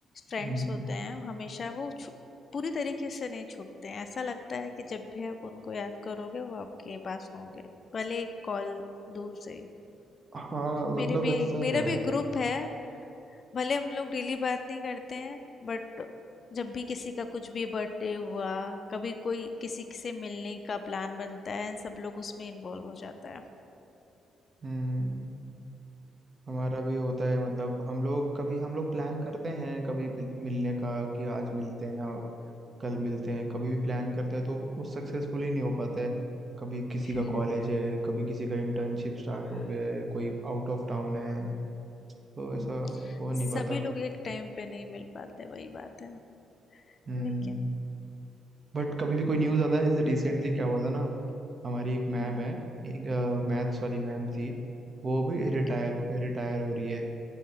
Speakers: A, on the left; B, on the right.
A: फ्रेंड्स
B: हम्म,
A: होते हैं हमेशा वो छु- पूरी तरीके से नहीं छूटते हैं ऐसा लगता है कि जब भी आप उनको याद करोगे वो आपके पास होंगे भले कॉल दूर से ही।
B: हाँ मतलब
A: मेरे भी
B: ऐसा
A: मेरा
B: है
A: भी ग्रुप है भले हम लोग डेली बात नहीं करते हैं बट जब भी किसी का कुछ भी बर्थडे हुआ कभी कोई किसी से मिलने का प्लान बनता है सब लोग उसमें इन्वॉल्व हो जाता
B: हम्म हमारा भी होता है मतलब हम लोग कभी हम लोग प्लान करते हैं कभी मिल- मिलने का कि आज मिलते हैं कल मिलते हैं कभी भी प्लान करते हैं तो वो सक्सेसफुली नहीं हो पाता है कभी किसी
A: है
B: का कॉलेज है कभी किसी का इंटर्नशिप
A: <laughs>
B: स्टार्ट हो गया है कोई आउट ऑफ टाउन है तो
A: हम्म,
B: ऐसा हो नहीं
A: सभी
B: पाता
A: लोग एक टाइम पे नहीं मिल पाते वही बात है
B: हम्म
A: लेकिन
B: बट कभी भी कोई न्यूज़ आता है जैसे रिसेंटली क्या हुआ था ना हमारी एक मैम
A: हम्म
B: है एक मैथ्स वाली मैम थी वो भी रिटायर
A: ओके
B: रिटायर हो रही है